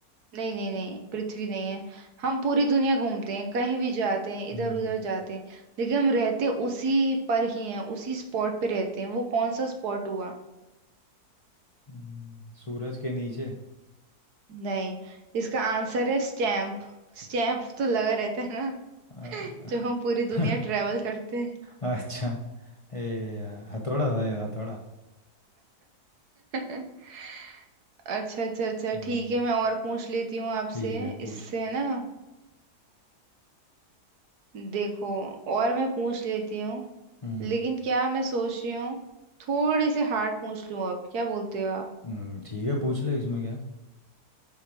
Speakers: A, on the right; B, on the left.
A: नहीं नहीं नहीं पृथ्वी नहीं है हम पूरी दुनिया घूमते हैं कहीं भी जाते हैं इधर
B: हम्म
A: उधर जाते हैं लेकिन हम रहते उसी पर ही हैं उसी स्पॉट पे रहते हैं वो कौन सा स्पॉट हुआ
B: हम्म, सूरज के नीचे
A: नहीं इसका आंसर है स्टैम्प स्टैम्प तो लगा रहता है ना
B: अ,
A: <laughs> जब हम पूरी
B: <laughs>
A: दुनिया ट्रेवल करते हैं
B: अच्छा ए यार, हथौड़ा था ये, हथौड़ा
A: <laughs> अच्छा अच्छा अच्छा
B: हम्म,
A: ठीक है मैं और पूछ लेती हूँ आपसे
B: ठीक है पूछ
A: इससे है ना देखो और मैं पूछ लेती हूँ
B: हम्म
A: लेकिन क्या मैं सोच रही हूँ थोड़े से हार्ड पूछ लूँ अब क्या बोलते हो आप
B: हम्म, ठीक है पूछ ले इसमें क्या है?